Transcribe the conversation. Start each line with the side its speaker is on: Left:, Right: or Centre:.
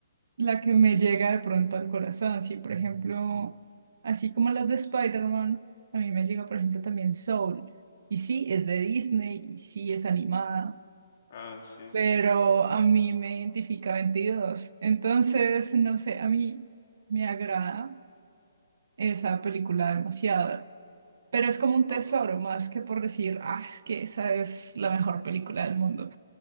Right: la que me llega de pronto al corazón. Sí, por ejemplo, así como las de Spider-Man, a mí me llega, por ejemplo, también Soul. Y sí, es de Disney y sí es animada,
Left: Ah, sí,
Right: pero
Left: sí, sí, sí.
Right: a mí me identifica veintidós Entonces, no sé, a mí me agrada esa película demasiado. Pero es como un
Left: O-
Right: tesoro, más que por decir, ah, es que esa es la mejor película del mundo.